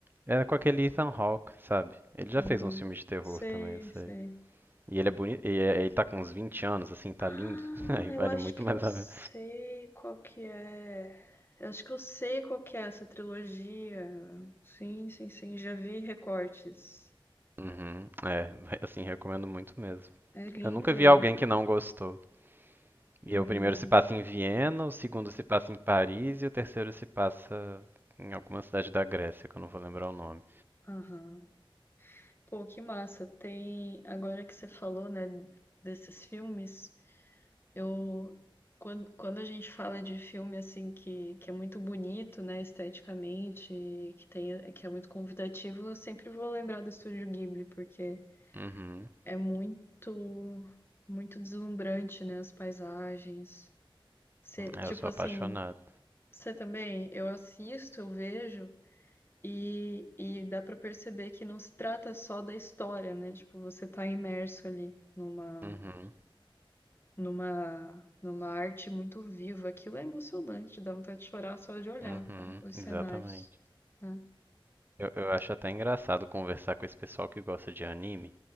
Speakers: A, on the right (about 20°); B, on the left (about 25°).
A: Era com aquele Ethan Hawke, sabe? Ele
B: Uhum.
A: já fez uns filmes de terror
B: Sei,
A: também, eu
B: sei.
A: sei. E ele é bonito, e é- ele tá com uns 20 anos, assim, tá
B: Ah,
A: lindo. <laughs> Aí vale
B: eu acho
A: muito
B: que
A: mais
B: eu sei
A: a pena.
B: qual que é. Eu acho que eu sei qual que é essa trilogia. Sim, sim, sim, já vi recortes.
A: Uhum, é, <laughs> assim, recomendo muito mesmo.
B: É lindo.
A: Eu nunca vi alguém que não gostou. E
B: Uhum,
A: o primeiro se passa em Viena, o segundo se passa em Paris e o terceiro se passa em alguma cidade da Grécia, que eu não vou lembrar o nome.
B: aham. Pô, que massa. Tem, agora que você falou, né, desses filmes, eu quando, quando a gente fala de filme assim que, que é muito bonito, né, esteticamente, que tem, que é muito convidativo, eu sempre vou lembrar do Estúdio Ghibli, porque
A: Uhum.
B: É muito, muito deslumbrante, né? As paisagens. Cê-
A: É,
B: tipo
A: eu sou
B: assim,
A: apaixonado.
B: você também, eu assisto, eu vejo e, e dá pra perceber que não se trata só da história, né? Tipo, você tá imerso ali numa,
A: Uhum.
B: numa, numa arte muito viva. Aquilo é emocionante, dá vontade de chorar só de olhar
A: Uhum,
B: tá? os
A: exatamente.
B: cenários, né?
A: Eu, eu acho até engraçado conversar com esse pessoal que gosta de anime,